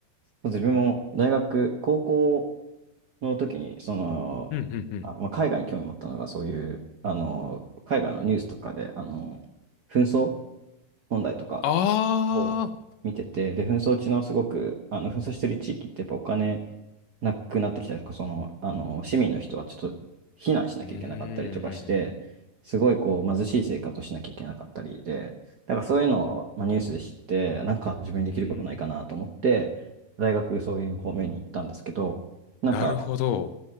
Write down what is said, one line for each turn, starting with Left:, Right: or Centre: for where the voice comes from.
Right: 自分も大学、高校の時に、その、
Left: うんうんうん。
Right: あ、まあ、海外に興味持ったのが、そういう、あの、海外のニュースとかで、あの、紛争問題とか
Left: ああ、
Right: を見てて、で、紛争地のすごく、あの、紛争してる地域ってやっぱお金、なくなってきたりとか、その、あの、市民の人はちょっと避難しなきゃいけなかったりとかして、
Left: うーん。
Right: すごいこう貧しい生活をしなきゃいけなかったりで、だからそういうのを、まあ、ニュースで知って、なんか自分にできることないかなと思って、
Left: うんうん
Right: 大学そういう方面に行ったんですけど、なんか
Left: なるほど。